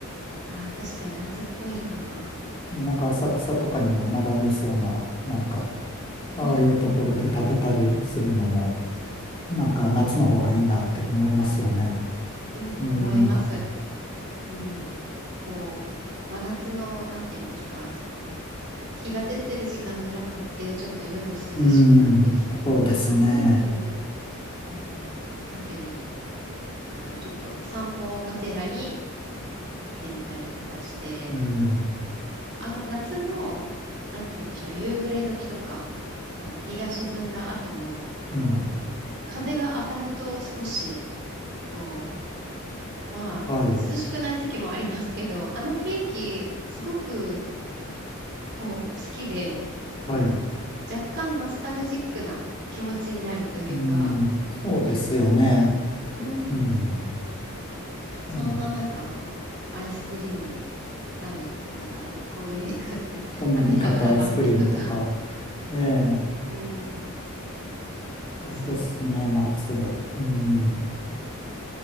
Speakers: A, on the right; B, on the left.
A: あ、確かに夏っぽいな。
B: でなんか浅草とかにも並んでそうな、なんか、ああいうところで食べたりするのも、
A: うん
B: なんか夏の方がいいなって思いますよね。
A: うん、
B: うん、
A: 思います。うん。こう、真夏の、なんていうんですか、ひまあ、日が照ってる時間じゃなくって、ちょっと夜涼しくなってきた頃とかに、
B: うん、そうですね。
A: うん、食べに、なんかちょっと散歩がてらに行ってみたりとかして、
B: うん、
A: あの夏の、なんていうんでしょう、夕暮れ時とか、あの日が沈んだ後の、あの、
B: うん。
A: 風が当たると少し、こう、まあ、
B: はい。
A: 涼しくない時もありますけど、<laughs> あの雰囲気、すごく、こう、好きで、
B: はい。
A: 若干ノスタルジックな気持ちになるというか、
B: うん、そうですよね。
A: うん。
B: うん。あの、
A: そんな中、アイスクリーム食べ、なんかね、コンビニで買って <laughs>
B: コンビニ買ったアイスクリームとか。
A: 食べながら歩くとか、
B: ええ、
A: うん。あ、
B: そうですね、
A: すごく、
B: 夏。うん。
A: うん、